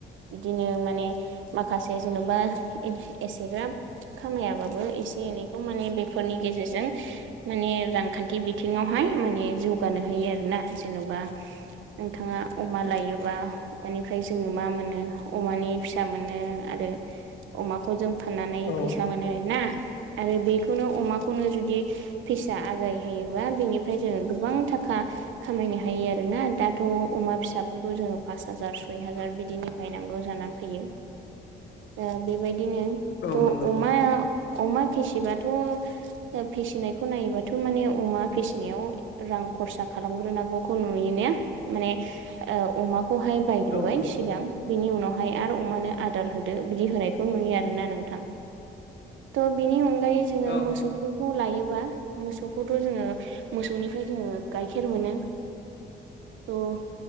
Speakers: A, on the right; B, on the left.
A: बिदिनो माने माखासे जेनेबा एसेग्राब खामायाबाबो एसे एनैखौ माने बेफोरनि गेजेरजों माने रांखान्थि बिथिङावहाय माने जौगानो होयो आरोना जेन'बा नोंथाङा अमा लायोबा बेनिफ्राय जोङो मा मोनो अमानि फिसा मोनो आरो अमाखौ जों फाननानै
B: औ
A: फैसा मोनो ना आरो बेखौनो अमाखौनो जुदि फिसा आजाय होयोबा बेनिफ्राय जोङो गोबां थाखा खामायनो हायो आरोना दाथ' अमा फिसाफोरखौ जोङो पास हाजार सय हाजार बिदिनो बायनांगौ जानानै फैयो दा बेबायदिनो
B: औ
A: त'
B: नंगौ
A: अमाया अमा फिसिबाथ' फिसिनायखौ नायोबाथ' माने अमा फिसिनायाव रां खरसा खालामग्रोनांगौखौ नुयो ने माने अमाखौहाय बायग्रोबाय
B: औ नंगौ
A: सिगां बिनि उनावहाय आरो अमानो आदार होदो बिदि होनायखौ नुयो आरोना नोंथां त' बिनि अनगायै जोङो
B: औ
A: मोसौ
B: नों
A: बेफोरखौ लायोबा मोसौखौथ' जोङो मोसौनिफ्राय जोङो गाइखेर मोनो थ'